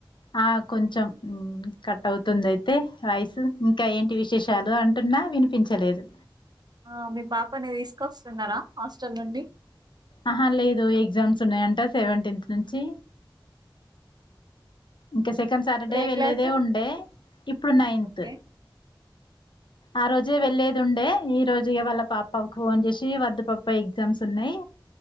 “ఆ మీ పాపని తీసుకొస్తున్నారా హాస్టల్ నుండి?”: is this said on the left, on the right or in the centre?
Right